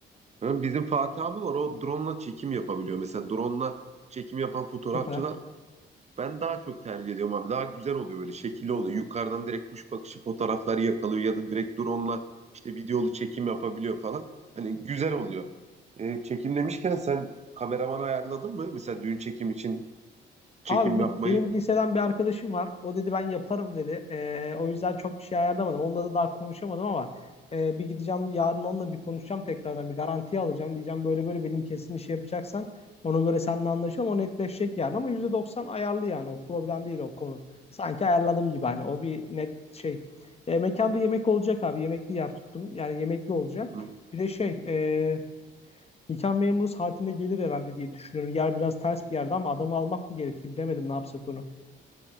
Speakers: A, on the right; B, on the left.
A: Ha, Bizim Fatih abi var o drone'la çekim yapabiliyor. Mesela drone'la çekim yapan fotoğrafçılar
B: Süper.
A: ben daha çok tercih ediyorum abi. Daha güzel oluyor böyle şekilli oluyor. Yukarıdan direkt kuş bakışı fotoğrafları yakalıyor ya da direkt drone'la işte videolu çekim yapabiliyor falan. Hani güzel oluyor. Ee, çekim demişken sen kameraman ayarladın mı? Mesela düğün çekim için çekim
B: Abi biz
A: yapmayı.
B: benim liseden bir arkadaşım var. O dedi ben yaparım dedi. Ee, o yüzden çok bir şey ayarlamadım. Onunla da daha konuşamadım ama e, bir gideceğim yarın onunla bir konuşacağım tekrardan. Bir garanti alacağım. Diyeceğim böyle böyle benim kesin işi yapacaksan ona göre seninle anlaşalım. O netleşecek yarın ama %90 ayarlı yani o problem değil o konu. Sanki ayarladım gibi hani o bir net şey. E, mekanda yemek olacak abi. Yemekli yer tuttum. Yani yemekli olacak.
A: Hı.
B: Bir de şey e, Nikah memuru saatinde gelir herhalde diye düşünüyorum. Yer biraz ters bir yerde ama adamı almak mı gerekir bilemedim ne yapsak onu.